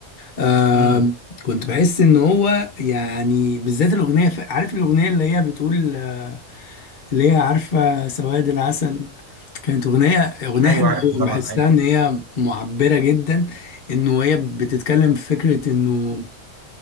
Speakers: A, on the left; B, on the right.
A: آه
B: امم
A: كنت بحس ان هو يعني بالذات الاغنيه عارف الاغنيه اللي هي بتقول آه، اللي هي عارفه سواد العسل كانت أغنية أغنية
B: ايوه
A: حلوة
B: عارفه
A: أوي
B: طبعا
A: بحسها
B: ايوه
A: إن هي معبرة جدا إنه هي بتتكلم في فكرة إنه